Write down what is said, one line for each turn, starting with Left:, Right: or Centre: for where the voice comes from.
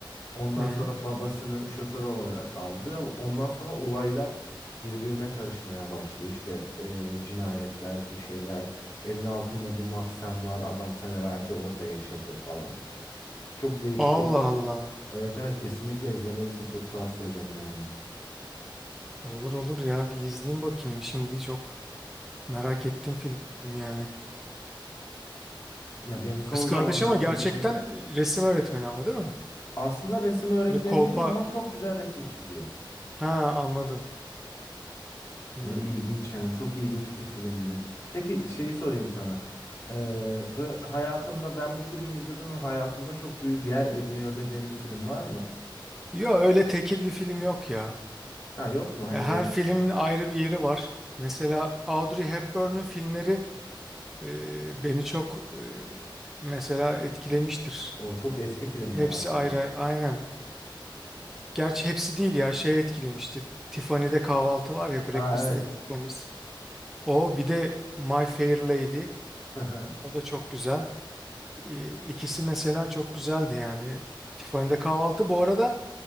Left: Ondan
Centre: Hı.
Left: sonra babasını şoför olarak aldırıyor. Ondan sonra olaylar birbirine karışmaya başlıyor. İşte e, cinayetler, bir şeyler. Evin altında bir mahzen var. Adam senelerce orada yaşadı falan. Çok değişik.
Centre: Allah
Left: E,
Centre: Allah.
Left: evet evet kesinlikle izlemelisin. Çok tavsiye ederim yani.
Centre: Olur olur ya bir izleyeyim bakayım. Şimdi çok merak ettim film yani.
Left: Ya benim son
Centre: Kız kardeş
Left: zamanlarda
Centre: ama gerçekten
Left: izledim.
Centre: e, resim öğretmeni ama değil mi?
Left: Aslında resim öğretmeni
Centre: Böyle kolpa.
Left: değil ama çok güzel resim çiziyor.
Centre: Ha anladım. Hmm.
Left: Ö, İlginç yani çok ilginç bir filmdi. Peki şeyi sorayım sana. Ee, böyle hayatımda ben bu filmi izledim ve hayatımda çok büyük yer ediniyor dediğim bir film var mı?
Centre: Ya öyle tekil bir film yok ya.
Left: Ha yok mu? Hani
Centre: Ya
Left: böyle
Centre: her filmin ayrı bir yeri var. Mesela Audrey Hepburn'un filmleri e, beni çok e, mesela etkilemiştir.
Left: o çok eski filmler
Centre: Hepsi
Left: aslında.
Centre: ayrı, ayrı. Aynen. Gerçi hepsi değil ya şey etkilemişti. Tiffany'de kahvaltı var ya Breakfast
Left: Aa evet.
Centre: at Tiffany's. O bir de My Fair Lady.
Left: Hı hı.
Centre: O da çok güzel. Ee, İkisi mesela çok güzeldi yani. Tiffany'de kahvaltı bu arada